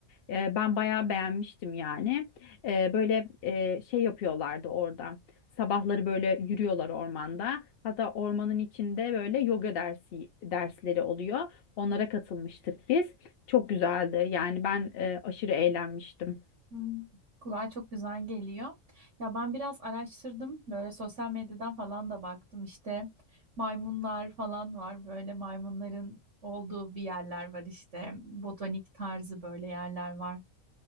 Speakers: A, on the left; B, on the right.
A: E, ben bayağı beğenmiştim yani. E, böyle e, şey yapıyorlardı orada. Sabahları böyle yürüyorlar ormanda. Hatta ormanın içinde böyle yoga dersi dersleri oluyor. Onlara katılmıştık biz. Çok güzeldi. Yani ben e, aşırı eğlenmiştim.
B: Hmm, Kulağa çok güzel geliyor. Ya ben biraz araştırdım. Böyle sosyal medyadan falan da baktım. İşte maymunlar falan var. Böyle maymunların olduğu bir yerler var işte. Botanik tarzı böyle yerler var.